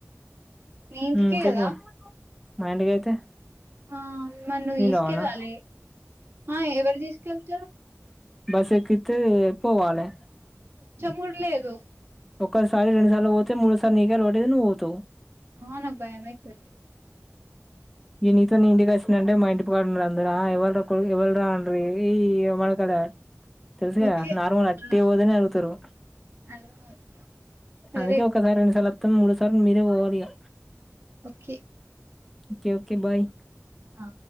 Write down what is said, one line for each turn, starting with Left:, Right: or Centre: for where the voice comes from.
Right: మీ ఇంటి
Centre: హ్మ్
Right: కే
Centre: చెప్పు
Right: కదా
Centre: మా ఇంటికైతే
Right: ఆ నన్ను
Centre: నేను
Right: తీసుకెళ్ళాలి
Centre: రావనా
Right: ఆ ఎవ్వరు తీసుకెళ్తారూ
Centre: బస్సు ఎక్కిత్తే ఈ పోవాలే
Right: మూడ్ లేదు
Centre: ఒక్కసారి రెండు సార్లు పోతే మూడోసారి నీకే అలవాటు అయితది నువ్వు పోతావ్
Right: ఆ నాక్ భయమైతది
Centre: ఈ నీతో నే ఇంటికొస్ స్తుంటే మా ఇంటి ప కడున్నోళ్లు అందరు ఆ ఎవ్వరు రా పోరి ఎవ్వరు రా అంటరు ఇంగ ఈ ఈ <unintelligible> తెల్సుసు
Right: ఓకే.
Centre: గద నార్మల్ అట్టే
Right: ఆ!
Centre: పోతేనే అడుగుతారు
Right: అర్థమవుతుంది. సరే.
Centre: అందుకే ఒకసారి రెండుసార్లు వత్త మూడో సారి మీరే పోవాలి ఇగ
Right: ఓకే
Centre: ఓకే ఓకే బాయ్
Right: ఆ